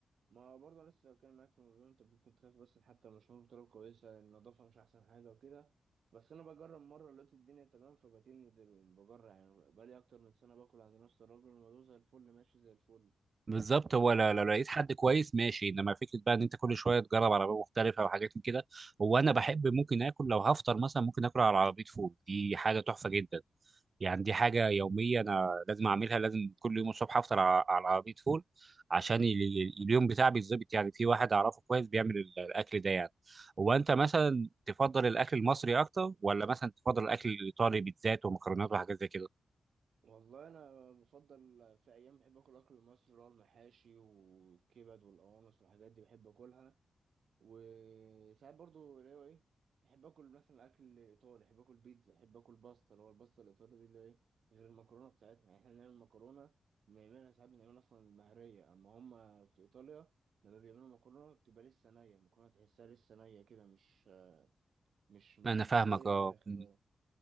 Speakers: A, on the right; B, on the right.
A: ما برضه لسه كان معاك في الموضوع انت ممكن تخاف بس حتى مش مهم بطريقه كويسه النظافه مش احسن حاجه وكده بس انا بجرب مره لقيت الدنيا تمام فبتني د- بجرب يعني بقالي اكتر من سنه باكل عند نفس الراجل الموضوع زي الفل ماشي زي الفل
B: بالظبط
A: ف
B: هو لو لو لقيت حد كويس ماشي انما فكره بقى ان انت كل شويه تجرب عربيه مختلفه وحاجات من كده هو انا بحب ممكن اكل لو هفطر مثلا ممكن اكل على عربيه فول دي حاجه تحفه جدا يعني دي حاجة يومية أنا لازم أعملها لازم كل يوم الصبح أفطر على على عربية فول عشان ال- ال- اليوم بتاعي بيتظبط يعني في واحد أعرفه كويس بيعمل ال- الأكل ده يعني هو أنت مثلا تفضل الأكل المصري أكتر ولا مثلا تفضل الأكل الإيطالي بيتزات ومكرونات وحاجات زي كده؟
A: والله انا بفضل في ايام بحب اكل اكل المصري اللي هو المحاشي والكبد والقوانص والحاجات دي بحب اكلها وساعات برضو اللي هو ايه بحب اكل مثلا اكل ايطالي بحب اكل بيتزا بحب اكل باستا اللي هو الباستا الايطالي دي اللي هي ايه غير المكرونه بتاعتنا يعني احنا بنعمل مكرونه بنعملها ساعات بنعملها اصلا مهريه اما هم في ايطاليا لما بيعملوا مكرونه بتبقى لسه نيه المكرونه تحسها لسه نيه كده مش مش مش
B: أنا
A: مستويه
B: فاهمك أه
A: على الاخر
B: مم.
A: اه